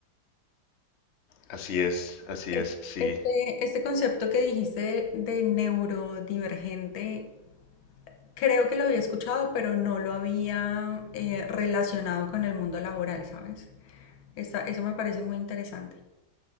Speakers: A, on the left (about 55°); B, on the left (about 80°).
A: Así es, así
B: Es-
A: es, sí.
B: Este, este concepto que dijiste de neurodivergente, creo que lo había escuchado, pero no lo había eh, relacionado con el mundo laboral, ¿sabes? Esta- eso me parece muy interesante.